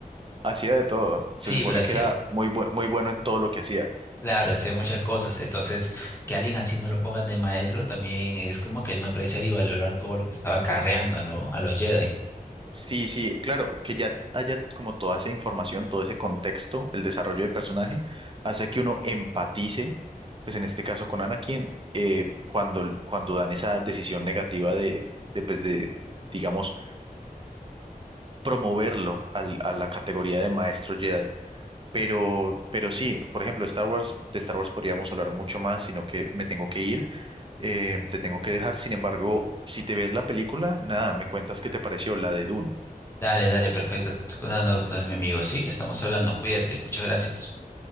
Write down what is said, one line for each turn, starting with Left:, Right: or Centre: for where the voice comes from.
Right: hacía de todo. Se
Left: Sí,
Right: supone
Left: pero hacía,
Right: que era muy, bu- muy bueno en todo lo que hacía
Left: claro, hacía muchas cosas. Entonces, que alguien así no lo pongan de maestro también es como que no apreciar y valorar todo lo que estaba carreando, ¿no? A los Jedi.
Right: Sí, sí, claro, que ya haya como toda esa información, todo ese contexto, el desarrollo de personaje, hace que uno empatice, pues en este caso con Anakin, eh, cuando, cuando dan esa decisión negativa de, de, pues de, digamos, promoverlo al- a la categoría de maestro Jedi. Pero, pero sí, por ejemplo, Star Wars, de Star Wars podríamos hablar mucho más, sino que me tengo que ir, eh, te tengo que dejar. Sin embargo, si te ves la película, nada, me cuentas qué te pareció la de Dune.
Left: Dale, dale, perfecto. Te estoy contando, entonces, mi amigo. Sí, estamos hablando. Cuídate. Muchas gracias.